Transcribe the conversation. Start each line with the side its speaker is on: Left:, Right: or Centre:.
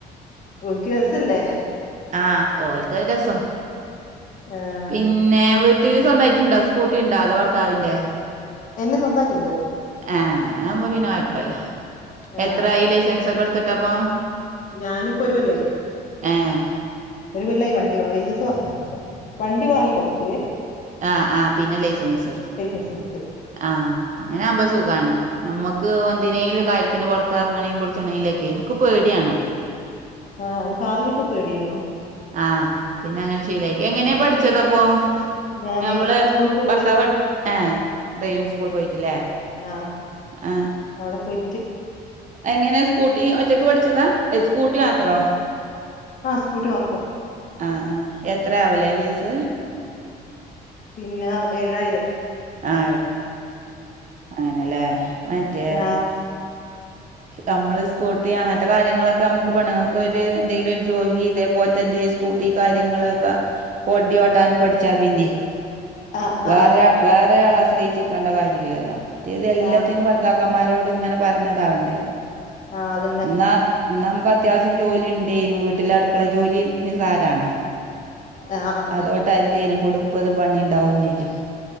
Left: ഓല്ക്ക് രസല്ലേ
Right: ആഹ ഓൽക്ക രസം
Left: ഏഹ്
Right: പിന്നെ വസ ഉണ്ടായിട്ടുണ്ട സ്കൂട്ടി ഉണ്ട അോ ഭർത്താവിന്റെ
Left: എന്നെ സ്വന്തമായിട്ടുണ്ട്
Right: ആഹ അങ്ങനൊവകുമ്പോ വിനോയപ്പല്ല
Left: ആഹ്
Right: എത്രായി ലൈസൻസ ഒക്കെ എടുത്തിട്ട അപ്പൊ
Left: ഞാന് പ്പൊരുകൊല്ലായി
Right: ഏഹ്
Left: ഒരു കൊല്ലായി വണ്ടി ലൈസൻസ് വണ്ടി വാങ്ങി വക്കെ
Right: ആ ആ പിന്നെ ലൈസൻസ്
Left: അസെടുത്ത്
Right: ആഹ് അങ്ങനെ ആകുമ്പ സുഖാണ് നമ്മുക്ക് എന്തിനേങ്കിലും കാര്യത്തിന് പുറത്ത്റങ്ങണമെങ്ക എനിക്ക് പേടിയാണ്
Left: ആഹ് എനിക്ക് ആദ്യൊക്കെ പേടിയായിരുന്നു
Right: ആഹ പിന്നെ അങ്ങനെ ശീലായി എങ്ങനെയാ പഠിച്ചതപ്പോ
Left: ഞാന്
Right: നമ്മള്
Left: സ്കൂളിൽ പോയിട്ട്
Right: ഭർത്താവ് ആ ഡ്രൈവിംഗ സ്കൂൾ പോയിട്ടില്ലേ
Left: ആഹ
Right: ആ
Left: അവിടെ പോയി
Right: എങ്ങനെ സ്കൂട്ടി ഒറ്റക്ക് പഠിച്ചതാ സ്കൂട്ടി മാത്രോ
Left: ആഹ സ്കൂട്ടി മാത്രം
Right: ആ ആ എത്ര ആവല്ലേ ഫീസ്
Left: പിന്നെ ഏഴായിരം
Right: ആ അങ്ങനെല്ലേ മറ്റേ
Left: ആഹ്
Right: നമ്മള് സ്കൂട്ടി അങ്ങനത്തെ കാര്യങ്ങളൊക്കെ നമ്മുക്ക് പെണുങ്ങൾക്ക് ഒരു എന്തെങ്കിലും ഒരു ജോലി അതേപോലെ തന്റെ സ്കൂട്ടി കാര്യങ്ങളൊക്കെ വണ്ടി ഓട്ടാനും പഠിച്ചാ പിന്നെ
Left: ആഹ്
Right: വേറെ
Left: ആഹ്
Right: വേറെരാള ആശ്രയിച്ചിരിക്കെ ണ്ട കാര്യമില്ലല്ലോ മറ്റേ ഇത് എല്ലാത്തിനും
Left: ആഹ്
Right: പറ ഭർതാക്കന്മാരോട് ഇങ്ങനെ പറഞ്ഞതാവണ്ടേ
Left: ആഹ് അതന്നെ
Right: എന്നാ ഇ നമുക്ക് അത്യാവശ്യം ജോലി ഉണ്ടേനും വീട്ടില അടുക്കുള്ള ജോലി നിസാരണ
Left: ആഹ്
Right: അതോട്ട അല്ലേനും പൊടുപ്പത് പണി ഉണ്ടാവും ചേച്ചും